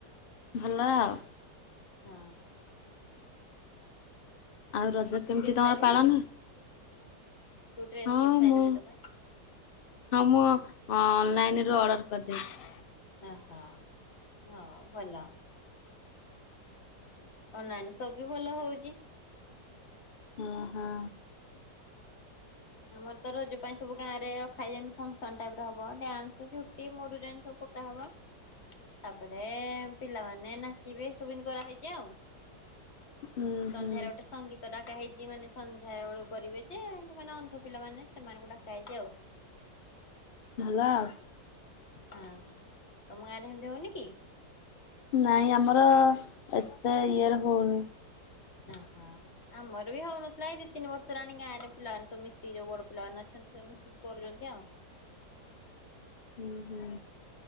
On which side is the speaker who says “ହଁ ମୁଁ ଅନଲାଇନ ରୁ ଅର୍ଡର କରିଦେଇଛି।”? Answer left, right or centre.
Left